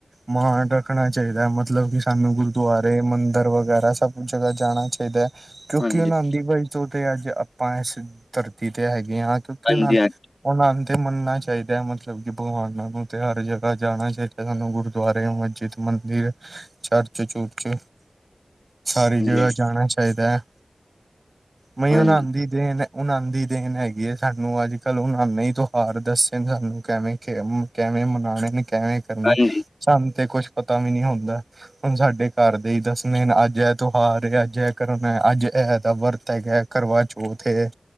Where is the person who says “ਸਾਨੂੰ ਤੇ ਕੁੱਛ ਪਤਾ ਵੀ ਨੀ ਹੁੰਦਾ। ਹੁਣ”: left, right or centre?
Right